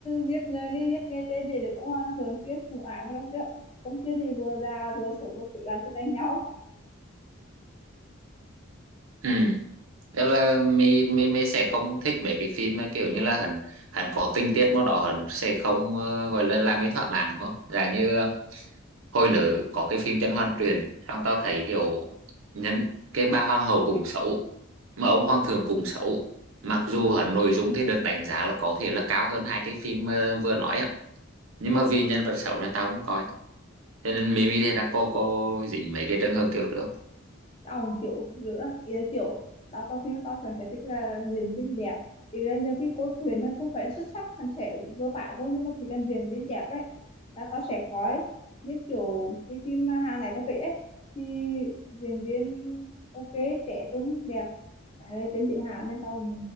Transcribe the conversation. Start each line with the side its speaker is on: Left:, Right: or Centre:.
Left: giết người đi giết người tê để được ông hoàng thường kiếp cùng ải mà đâu kiểu ông kia thì vừa già vừa xấu mà quỷ ba cứ đánh nhau
Right: ừ. đó là mi mi mi sẽ không thích mấy cái phim mà kiểu như là hắn hắn có tình tiết mà đó hắn sẽ không ờ, gọi là làm cái thỏa mãn đúng không dạng như ờ, hồi nữ có cái phim Chân Hoan Truyền xong tao thấy kiểu nhân cái bà hoàng hậu cũng xấu mà ông Hoàng Thượng cũng xấu mặc dù hẳn nội dung thì được đánh giá là có thể là cao hơn hai cái phim ờ, vừa nói á nhưng mà vì nhân vật xấu nên tao không coi cho nên Mimi thì đang có có dính mấy cái trường hợp kiểu nữa
Left: ông kiểu giữa ý là kiểu tao coi phim tao vẫn thấy thích là diễn viên đẹp ý là nhiều khi cốt truyện thôi không phải là xuất sắc hắn sẽ vừa phải thôi nhưng mà chỉ cần diễn viên đẹp ấy là tao sẽ coi như kiểu cái phim Hàn này tao kể ấy thì diễn viên ok trẻ trung đẹp Đấy, tên tự hào nên tao